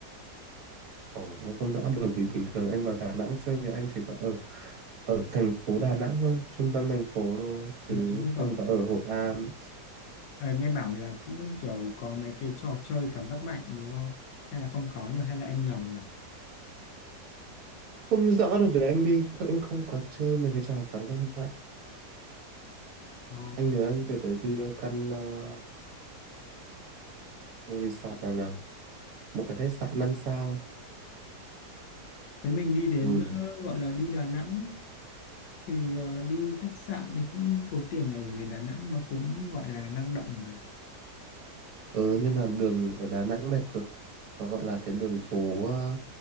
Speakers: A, on the right (about 60°); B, on the left (about 85°).
A: Ồ, anh không rõ bởi vì bình thường anh vào Đà Nẵng chơi thì anh chỉ có ở ở thành phố Đà Nẵng thôi trung tâm thành phố thôi chứ
B: Ở trong trung tâm.
A: không có ở Hội An
B: Ờ, nghe bảo là cũng kiểu có mấy cái trò chơi cảm giác mạnh đúng không? Hay là không có nhỉ? Hay là em nhầm nhỉ?
A: không rõ được để anh đi anh không có chơi mấy cái trò cảm giác mạnh
B: Ờ,
A: anh nhớ anh từ đấy đi ờ, căn ờ, resort này nhở một cái khách sạn năm sao
B: thế mình đi đến
A: ừ.
B: ờ, gọi là đi Đà Nẵng thì ờ, đi khách sạn thì cũng tốn tiền nhỉ bởi vì Đà Nẵng nó cũng gọi là năng động mà
A: ừ nhưng mà đường ở Đà Nẵng đẹp cực nó gọi là cái đường phố ờ,